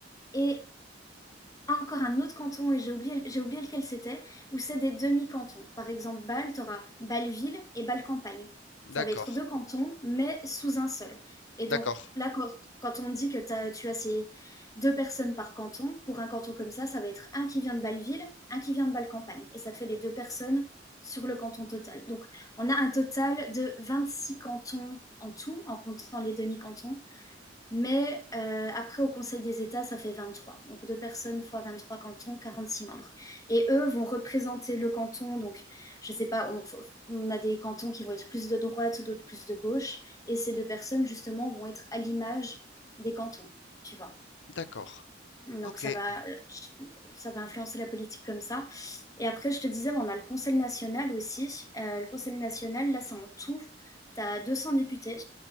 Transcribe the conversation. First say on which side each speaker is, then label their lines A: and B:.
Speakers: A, on the left (about 20°); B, on the left (about 80°).
A: et encore un autre canton, et j'ai oublié, j'ai oublié lequel c'était, où c'est des demi-cantons. Par exemple, Bâle, tu auras Bâle-Ville et Bâle-Campagne.
B: D'accord,
A: Ça va être deux cantons, mais sous un seul. Et
B: d'accord,
A: donc, là, quand, quand on dit que t'as- tu as ces deux personnes par canton, pour un canton comme ça, ça va être un qui vient de Bâle-Ville, un qui vient de Bâle-Campagne. Et ça te fait les deux personnes sur le canton total. Donc, on a un total de 26 cantons en tout, en comptant les demi-cantons, mais euh, après, au Conseil des États, ça fait vingt-trois Donc, deux personnes fois 23 cantons, 46 membres. Et eux vont représenter le canton. Donc, je ne sais pas, on, on a des cantons qui vont être plus de droite, d'autres plus de gauche. Et ces deux personnes, justement, vont être à l'image des cantons, tu vois.
B: d'accord.
A: Donc,
B: Ok,
A: ça va, ça va influencer la politique comme ça. Et après, je te disais, bon, on a le Conseil national aussi. Euh, le Conseil national, là, c'est en tout. Tu as deux cents députés